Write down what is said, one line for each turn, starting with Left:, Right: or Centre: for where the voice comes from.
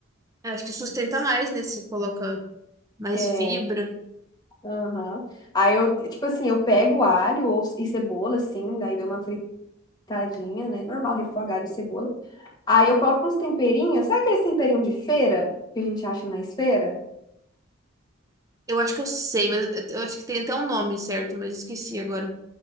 Right: Eu acho que sustenta mais, né? Se você coloca mais
Left: É,
Right: fibra.
Left: aham. Aí eu, tipo assim, eu pego alho ou, e cebola, assim, daí dou uma Tadinha, né? Normal, refogar alho e cebola. Aí eu coloco uns temperinhos. Sabe aqueles temperinhos de feira que a gente acha na feira?
Right: Eu acho que eu sei, mas eu, eu acho que tem até um nome certo, mas esqueci agora.